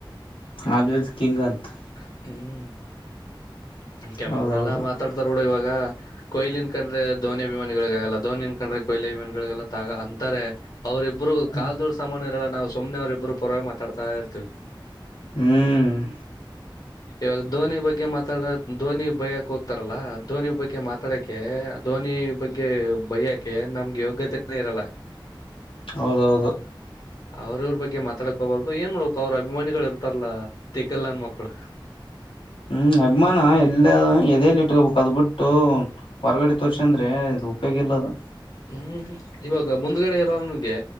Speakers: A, on the left; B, on the left.
A: ಆಲ್ವೆಸ್ ಕಿಂಗಂತ್.
B: ಹ್ಮ ಈ ಕೆಲವೊಬ್ರೆಲ್ಲ
A: ಹೌದೌದು
B: ಮಾತಾಡ್ತಾರ್ಬಿಡು ಇವಾಗ. ಕೊಯ್ಲಿನ್ ಕಂಡ್ರೆ ಧೋನಿ ಅಭಿಮಾನಿಗಳಿಗಾಗಲ್ಲ ಧೋನಿನ್ ಕಂಡ್ರೆ ಕೊಯ್ಲಿ ಅಭಿಮಾನಿಗಳಿಗಾಗಲ್ಲ ಅಂತ್ ಅಂತಾರೆ. ಅವ್ರರಿಬ್ರು
A: ಹ್ಮ್
B: ಕಾಲ್ದುಳ್ ಸಮಾನ್ <unintelligible> ನಾವ್ ಸುಮ್ನೆ ಅವ್ರ್ ಇಬ್ರು ಪರ್ವಾಗಿ ಮಾತಾಡ್ತಾ ಇರ್ತಿವಿ.
A: ಹ್ಮ
B: ಇವಾಗ್ ಧೋನಿ ಬಗ್ಗೆ ಮಾತಾಡ ಧೋನಿ ಬಯ್ಯಕ್ ಹೋಗ್ತಾರಲ್ಲ ಧೋನಿ ಬಗ್ಗೆ ಮಾತಾಡಕೇ ಧೋನಿ ಬಗ್ಗೆ ಬಯ್ಯಕೆ ನಮ್ಗೆ ಯೋಗ್ಯತೆನೆ ಇರಲ್ಲ.
A: ಹೌದೌದು.
B: ಅವ್ರ್ ಇವ್ರ್ ಬಗ್ಗೆ ಮಾತಾಡ್ಕೋಬಾರ್ದು ಏನ್ ಮಾಡ್ಬೇಕು ಅವ್ರ್ ಅಭಿಮಾನಿಗಳು ಇರ್ತಾರಲ್ಲ ತಿಕಲ್ನನ್ನ ಮಕ್ಳು.
A: ಹ್ಮ ಅಭಿಮಾನ ಎಲ್ಲ ಎದೆಲಿ ಇಟ್ಕೋಬೇಕ ಅದ್ ಬಿಟ್ಟು ಹೊರಗಡೆ ತೋರ್ಸಿ ಅಂದ್ರೆ ಇದು ಉಪಯೋಗ ಇಲ್ಲ ಅದು.
B: ಹ್ಮ ಇವಾಗ ಮುಂದ್ಗಡೆ ಇರೋನ್ಗೆ